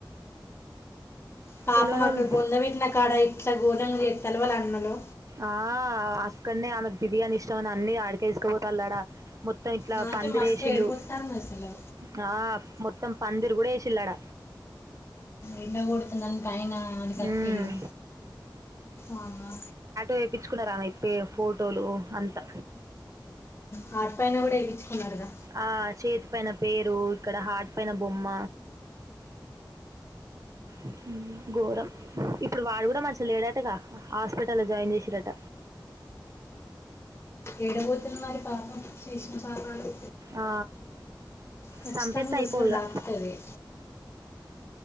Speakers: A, on the left (about 30°); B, on the right (about 45°).
A: పాపం
B: తెలియనోళ్ళు
A: అక్కడ బొంద వెట్టిన కాడ ఇట్లా గోరం చేస్తారు వాళ్ళ అన్నలు
B: ఆ అక్కనే ఆమెకు బిర్యానీ ఇష్టం అని అన్ని ఆడికే తీసుకు పోతాళ్లు ఆడ మొత్తం ఇట్లా
A: నాకే
B: పందిరేసిల్లు
A: మస్తు ఏడిపోతుంది అసలు
B: నాప్ ముత్ తం పందిరి కూడా ఏసిల్లు ఆడ
A: ఎండ కొడుతుంది అని పైన ఆన్ తప్పిళ్ళు
B: ఉమ్.
A: అవునా
B: వేపించుకున్నారా ఆమెయ్ పే ఫోటోలు అంతా
A: హార్ట్ పైన కూడా ఏపించుకున్నాడుగా
B: ఆ చేతి పైన పేరు ఇక్కడ హాట్ పైన బొమ్మ ఉ ఘోరం ఇప్పుడు వాడు కూడా మంచిగా లేడు అటగా హాస్పిటల్లో జాయిన్ చేసిరట
A: ఏడ పోతుంది మరి పాపం చేసిన కర్మాలు
B: ఆ
A: ఖచ్చితంగా
B: చంపెత్తే అయిపోవిగా
A: ఉసురు తాకుతుంది